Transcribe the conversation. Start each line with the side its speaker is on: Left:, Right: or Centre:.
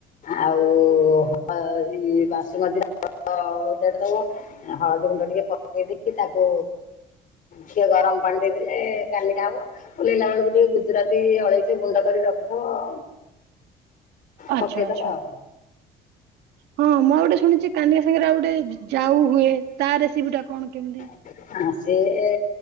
Left: ଆଉ ହ ଏଇ ବାସୁମତୀ <unintelligible> ଅଜାଡ଼ି ଦବ ହଳଦୀ ଗୁଣ୍ଡ ଟିକେ ପକେଇ ଦେଇକି ତାକୁ ଟିଏ ଗରମ ପାଣି ଦେଇଦେଲେ କାଲିଟା ହବ ଓଲ୍ହେଇଲା ବେଳକୁ ଟିକେ ଗୁଜୁରାତି ଅଳେଇଚ ଗୁଣ୍ଡ କରିକି ରଖିଥିବ
Right: ଆଚ୍ଛା
Left: ପକେଇଦବ
Right: ଆଚ୍ଛା।
Left: ଆଉ
Right: ହଁ ମୁଁ ଆଉ ଗୋଟେ ଶୁଣିଛି କାନିକା ସାଙ୍ଗରେ ଆଉ ଗୋଟେ ଯାଉ ହୁଏ ତା ରେସିପି ଟା କଣ କେମିତି?
Left: ଆ ସେଏ